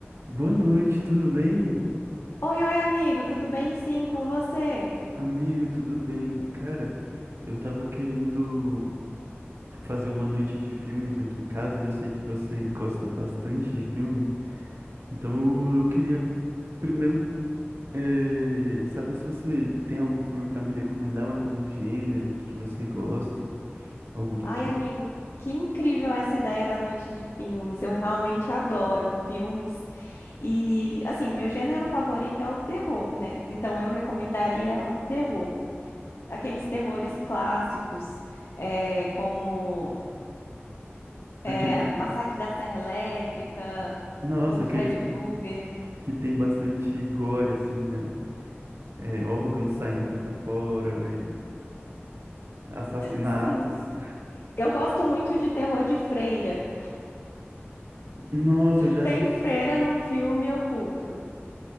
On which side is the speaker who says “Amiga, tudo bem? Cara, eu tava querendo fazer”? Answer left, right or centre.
Right